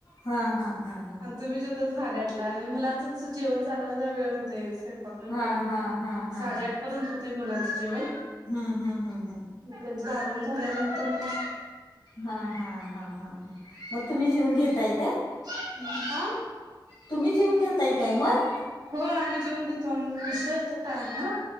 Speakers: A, on the left; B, on the right.
A: हा हा हा हा
B: तुम्ही <unintelligible> झाडातला आणि मुलांच तसं जेवण चालायला तर वेळ होतय स्वयंपाक ते
A: हा
B: करून.
A: हा हा हा हा
B: साडेआठ पर्यंत होतय मुलांचं जेवण.
A: हम हम हम हम.
B: मग त्यांचं आवरून झाल्यानंतर मग
A: हा हा हा हा हा मग तुम्ही जेवुन घेताय काय?
B: आ?
A: तुम्ही जेवून घेताय काय मग?
B: होय आम्ही जेऊन घेतो मसेत टाईम ना.